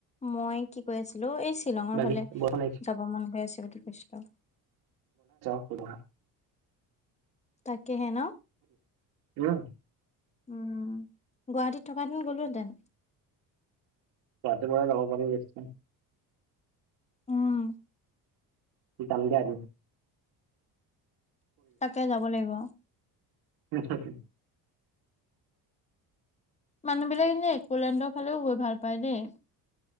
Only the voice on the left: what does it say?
মই কি কৈ আছিলোঁ। এই শ্বিলঙৰ
ফালে
যাব মন গৈ আছে। এইটো কৃষ্ণ
তাকেহে ন।
উম, গুৱাহাটীত থকা হেঁতেন গ'লো হেঁতেন।
উম,
তাকে যাব লাগিব।
মানুহবিলাক এনেই একোলেণ্ডৰ ফালেও গৈ ভাল পায় দেই।